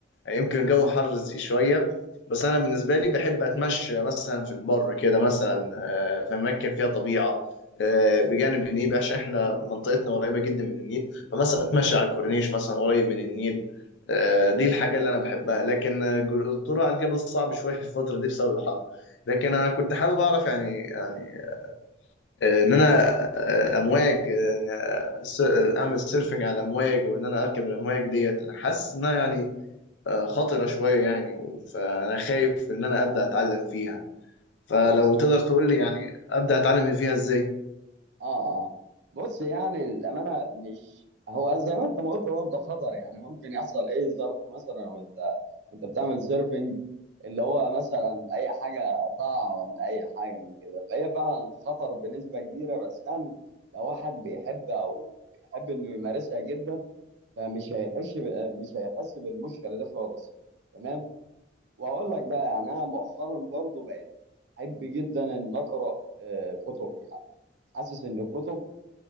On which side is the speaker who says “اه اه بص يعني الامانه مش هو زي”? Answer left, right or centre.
Right